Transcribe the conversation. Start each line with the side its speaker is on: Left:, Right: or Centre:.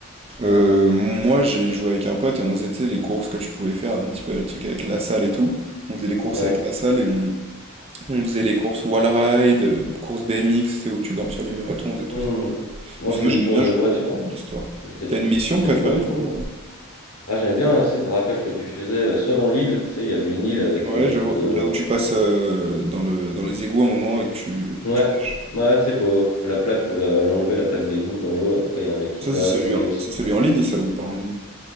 Right: Euh, moi, j'ai joué avec un pote, et on faisait, tu sais, les courses que tu pouvais faire, un petit peu le truc avec la salle et tout. On faisait les courses
Left: Ouais.
Right: avec la salle, et on, on faisait les courses wall ride, euh, courses BMX, c'est où tu grimpes sur les murs et tout, on faisait tout
Left: Hmm, je- Moi,
Right: Mais sinon,
Left: je faisais
Right: j'aimais
Left: des courses
Right: bien jouer
Left: de voiture, mais
Right: l'histoire.
Left: j'étais
Right: T'as
Left: trop,
Right: une mission
Left: j'étais
Right: préférée,
Left: trop nul.
Right: toi?
Left: moi. Ah, j'aimais bien, euh, c'est le braquage que tu faisais, euh, soit dans l'île, tu sais, il y avait une île avec
Right: Ouais,
Left: euh, une sorte.
Right: je vois.
Left: euh,
Right: Là où tu passes euh, dans le, dans les égouts un moment et que tu, et
Left: Ouais,
Right: que tu nages.
Left: ouais, tu sais, faut, faut la plaque, faut la- l'enlever, la plaque d'égout dans l'eau, après, il y a un mec qui
Right: Ça,
Left: passe,
Right: c'est celui
Left: il
Right: en,
Left: y a aussi.
Right: c'est celui en ligne, ça, ou pas en ligne?